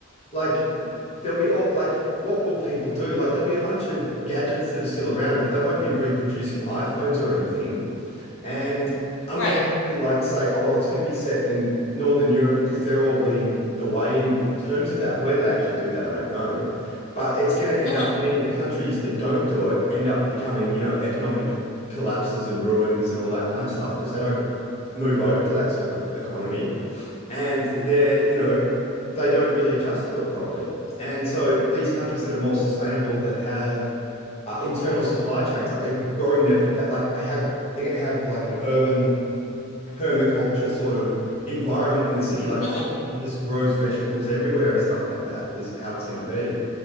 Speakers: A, on the left (about 30°); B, on the left (about 70°).
A: like there'll be all like what will people do? Like there'll be a bunch of gadgets that are still around, but they won't be reproducing iPhones or anything. And I'm
B: Right.
A: going to have to like say, oh well, it's going to be set in Northern Europe because they're all leading the way in terms of that. Whether they actually do that, I don't know. But it's going to end
B: Mhm,
A: up being that countries that don't do it end up becoming, you know, economic collapses and ruins and all that kind of stuff because they don't move over to that sort of economy and they're, you know, they don't really adjust to it properly. And so these countries that are more sustainable, that have uh, internal supply chains, like they're growing their, that like they have, they're going to have like an urban permaculture sort of environment in the city. Like
B: mhm.
A: the whole city just grows vegetables everywhere and stuff like that is how it's going to be.